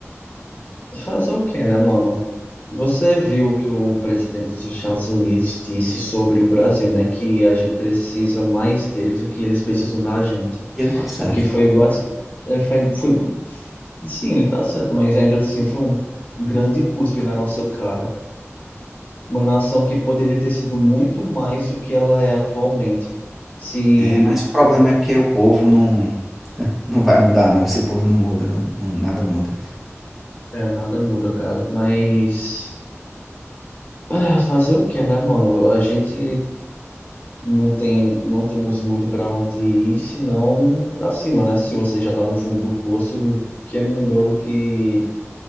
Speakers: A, on the left (about 35°); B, in the centre.
A: fazer o quê, né, mano? Você viu o que o presidente dos Estados Unidos disse sobre o Brasil, né? Que a gente precisa mais deles do que eles precisam da gente.
B: E ele tá certo.
A: O que foi basicamente. Foi, foi, sim, ele tá certo, mas ainda assim foi um grande cuspe na nossa cara. Uma nação que poderia ter sido muito mais do que ela é atualmente. Se.
B: É, mas o problema é porque o povo não, não vai mudar, não. Se o povo não muda, não, não, nada muda.
A: É, nada muda, cara. Mas. Ah, fazer o que, né, mano? A gente não tem, não temos muito pra onde ir, senão pra cima, né? Se você já tá no fundo do poço, o que é melhor do que,